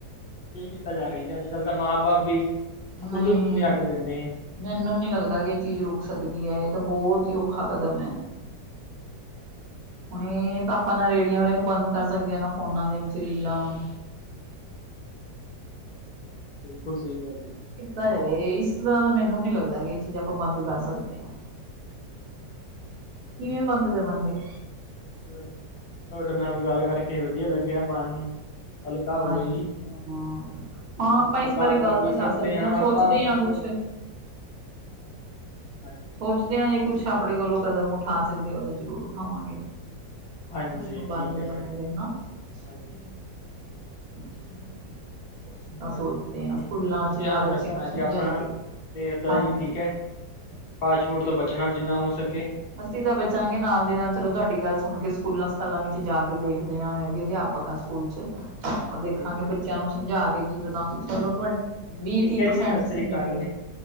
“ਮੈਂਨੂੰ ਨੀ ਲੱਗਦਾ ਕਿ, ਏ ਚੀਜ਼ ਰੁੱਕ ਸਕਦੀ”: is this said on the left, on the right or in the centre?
Right